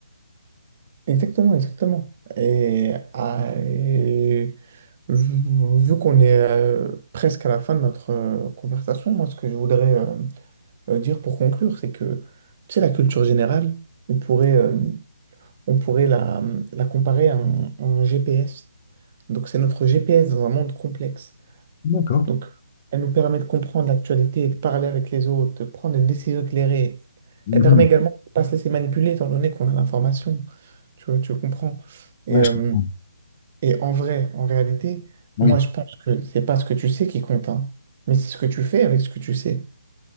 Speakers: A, on the right (about 30°); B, on the left (about 25°).
A: Exactement, exactement. Et, ah, et vu vu qu'on est euh, presque à la fin de notre euh, conversation, moi, ce que je voudrais euh, euh, dire pour conclure, c'est que, tu sais, la culture générale, on pourrait, euh, on pourrait la, la comparer à un, à un GPS. Donc, c'est notre GPS dans un monde complexe.
B: D'accord.
A: Donc, elle nous permet de comprendre l'actualité, de parler avec les autres, de prendre des décisions éclairées.
B: Mhm.
A: Elle permet également de ne pas se laisser manipuler, étant donné qu'on a l'information. Tu, vois, tu comprends. Et,
B: Ouais,
A: euh,
B: je comprends.
A: et en vrai, en réalité,
B: Oui.
A: moi, je pense que c'est pas ce que tu sais qui compte, hein, mais c'est ce que tu fais avec ce que tu sais.